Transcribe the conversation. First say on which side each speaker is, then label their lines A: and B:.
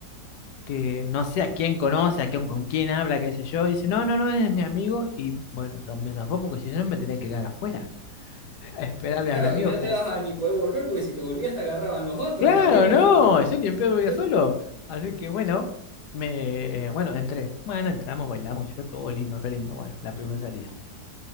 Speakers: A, on the left; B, on the left.
A: que no sé a quién conoce, a quién, con quién habla, qué sé yo, y dice, no, no, no, es mi amigo, y bueno, o sea, me zafó porque si no me tenía que quedar afuera, <laughs> a esperarle
B: Claro,
A: a mi amigo,
B: y no te vas a ni poder volver porque si te volvías te agarraban los otros
A: Claro,
B: también, ¿me
A: no,
B: entendés?
A: yo ni en pedo vivía
B: No-
A: solo. Así que bueno, me, eh, bueno, entré. Bueno, entramos, bailamos, yo todo lindo, re lindo. Bueno, la primera salida.